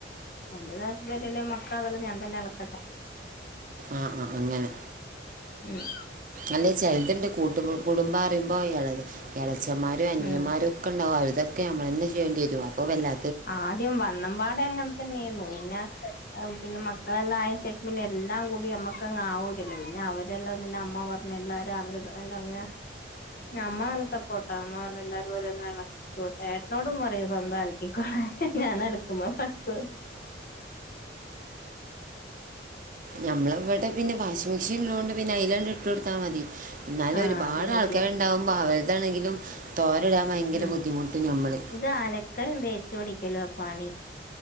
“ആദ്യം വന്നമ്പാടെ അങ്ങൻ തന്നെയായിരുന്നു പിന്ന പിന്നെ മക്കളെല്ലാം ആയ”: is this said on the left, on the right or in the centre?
Left